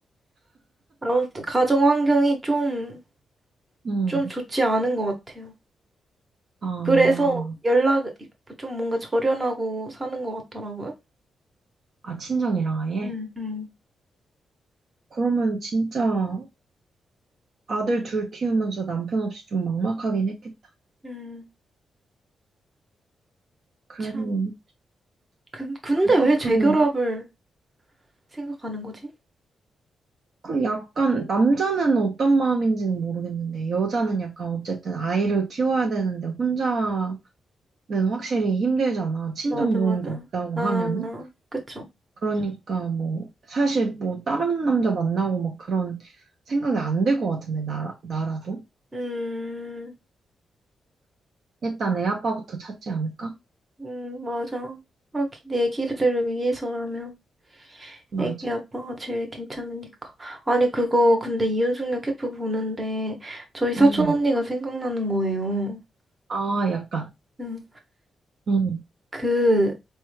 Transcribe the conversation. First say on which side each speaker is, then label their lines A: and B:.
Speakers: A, on the right; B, on the right.
A: 아무튼 가정 환경이 좀,
B: 응
A: 좀 좋지 않은 것 같아요.
B: 아,
A: 그래서 연락, 좀 뭔가 절연하고 사는 것 같더라고요.
B: 아, 친정이랑 아예?
A: 음, 음.
B: 그러면 진짜 아들 둘 키우면서 남편 없이 좀 막막하긴 했겠다.
A: 음,
B: 그래도
A: 참. 근, 근데
B: 그 커플은,
A: 왜 재결합을 생각하는 거지?
B: 그 약간, 남자는 어떤 마음인지는 모르겠는데, 여자는 약간 어쨌든 아이를 키워야 되는데, 혼자 는 확실히 힘들잖아. 친정
A: 맞아,
B: 도움도
A: 맞아.
B: 없다고
A: 아,
B: 하면은.
A: 그쵸.
B: 그러니까 뭐 사실 뭐 다른 남자 만나고 막 그런 생각이 안 들 것 같은데 나 나라도
A: 음,
B: 일단 애 아빠부터 찾지 않을까?
A: 음, 맞아. 하긴, 내 아기들을 위해서라면.
B: 맞아.
A: 애기 아빠가 제일 괜찮으니까. 아니, 그거, 근데 이윤숙녀 캠프 보는데, 저희 사촌
B: 응응.
A: 언니가 생각나는 거예요.
B: 아 약간.
A: 응.
B: 응.
A: 그,